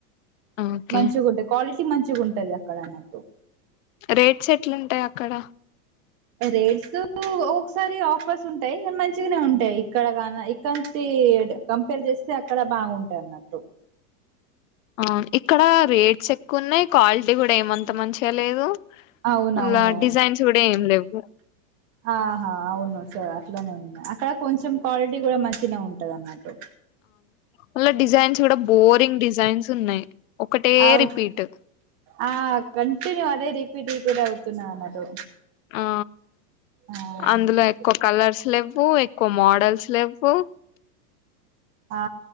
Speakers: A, on the left; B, on the right.
A: ఓకే
B: మంచిగుంటాయి క్వాలిటీ మంచిగుంటది అక్కడ అన్నట్టు
A: రేట్స్ ఎట్లుంటాయి అక్కడ
B: రేట్స్ ఒక్కొకసారి ఆఫర్స్ ఉంటాయి ఇగ మంచిగానే ఉంటాయి ఇక్కడ కన ఇక్కడ్నుంచి కంపేర్ జెస్ అక్కడ బాగుంటాయి అన్నట్టు
A: అవున్ ఇక్కడ రేట్స్ ఎక్కువున్నాయి క్వాలిటీ గూడా ఏమంత మంచిగా లేదు
B: అవునవును
A: మళ్ళ డిజైన్స్ గూడా ఏం లేవు
B: ఆహా అవును సా అట్లనే ఉంది అక్కడ కొంచెం క్వాలిటీ గూడా మంచినే ఉంటదన్నట్టు
A: మళ్ళ డిజైన్స్ గూడా బోరింగ్ డిజైన్స్ ఉన్నాయి ఒకటే
B: ఔ
A: రిపీట్
B: ఆ కంటిన్యూ అదే రిపీట్ రిపీట్ అవుతున్నాయి అన్నట్టు
A: ఆ
B: ఆ
A: అందులో ఎక్కువ కలర్స్ లేవ్వు ఎక్కువ మోడల్స్ లెవ్వు
B: ఆ